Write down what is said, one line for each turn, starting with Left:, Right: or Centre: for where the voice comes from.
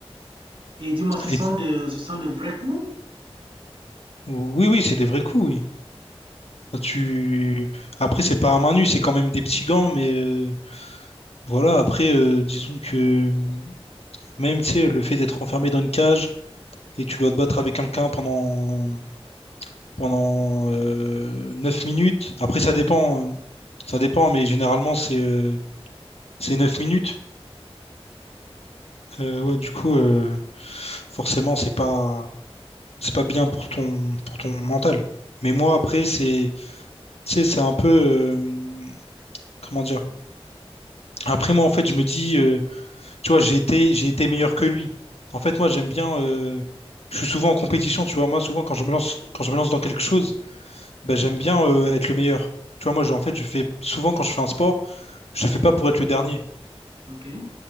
Right: Et dis-moi, ce sont
Left: Et,
Right: de, ce sont de vrais coups?
Left: oui, oui, c'est des vrais coups, oui. Enfin, Tu... Après, c'est pas à main nue, c'est quand même des petits gants, mais euh, voilà. Après, euh, disons que même, tu sais, le fait d'être enfermé dans une cage et tu dois te battre avec quelqu'un pendant pendant euh, 9 minutes. Après, ça dépend, euh, ça dépend, mais généralement, c'est euh, c'est 9 minutes. Euh, ouais, du coup, euh, forcément, c'est pas, c'est pas bien pour ton, pour ton mental. Mais moi, après, c'est, tu sais, c'est un peu, euh, comment dire? Après, moi, en fait, je me dis, euh, tu vois, j'ai été, j'ai été meilleur que lui. En fait, moi, j'aime bien, euh, je suis souvent en compétition, tu vois. Moi, souvent, quand je me lance, quand je me lance dans quelque chose, ben, j'aime bien, euh, être le meilleur. Tu vois, moi, je- en fait, je fais, souvent, quand je fais un sport, je le fais pas pour être le dernier.
Right: OK.